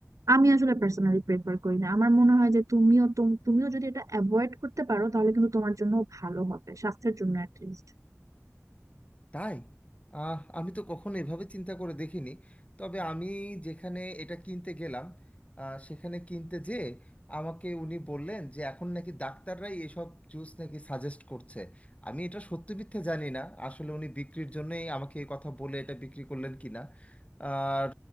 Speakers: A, on the right; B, on the left.
A: আমি আসলে পার্সোনালি প্রেফার করি না আমার মনে হয় যে তুমিও তুম- তুমিও যদি এটা অ্যাভয়েড করতে পারো তাহলে কিন্তু তোমার জন্য ভালো হবে স্বাস্থ্যের জন্য অ্যাটলিস্ট
B: তাই আহ আমি তো কখনো এভাবে চিন্তা করে দেখিনি তবে আমি যেখানে এটা কিনতে গেলাম আহ, সেখানে কিনতে যেয়ে আমাকে উনি বললেন যে এখন নাকি ডাক্তাররাই এসব জুস নাকি সাজেস্ট করছে আমি এটা সত্যি মিথ্যে জানি না আসলে উনি বিক্রির জন্যই আমাকে এই কথা বলে এটা বিক্রি করলেন কিনা আর